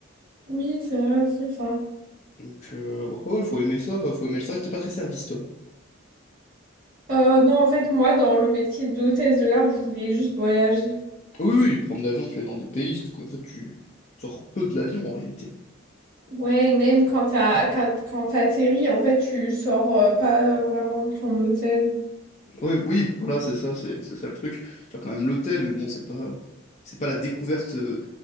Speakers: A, on the right; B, on the left.
A: Oui, c'est vrai, c'est ça.
B: Donc, euh, bon, après, voilà, faut aimer ça, faut aimer le service. T'es pas très service, toi.
A: Euh, non, en fait, moi, dans le métier d'hôtesse de l'air, je voulais juste voyager.
B: Oui, oui, prendre l'avion, tu es dans des pays, sauf que en fait, tu sors peu de l'avion en réalité.
A: Ouais, et même quand t'as, quand, quand t'atterris, en fait, tu sors euh, pas vraiment de ton hôtel.
B: Oui, oui, voilà, c'est ça, c'est c'est ça le truc. T'as quand même l'hôtel, mais bon, c'est pas, c'est pas la découverte euh,